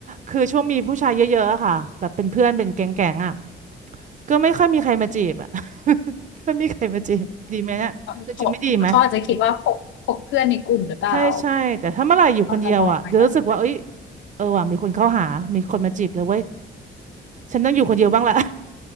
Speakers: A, on the right; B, on the left.
A: คือช่วงมีผู้ชายเยอะๆอะค่ะแบบเป็นเพื่อนเป็นแก๊งๆอะก็ไม่ค่อยมีใครมาจีบอะ <laughs> ไม่มีใครมาจีบดีไหมเนี่ยแต่จริงไม่ดีไหม
B: เขาเขาอาจจะคิดว่าพกพกเพื่อนในกลุ่มหรือเปล่า
A: ใช่ใช่แต่ถ้าเมื่อไหร่อยู่คนเดียวอะเดี๋ยวรู้สึกว่าเอ้ย
B: เขาจะมองไหมคะ
A: เออว่ะมีคนเข้าหามีคนมาจีบเลยเว้ยฉันต้องอยู่คนเดียวบ้างแหละ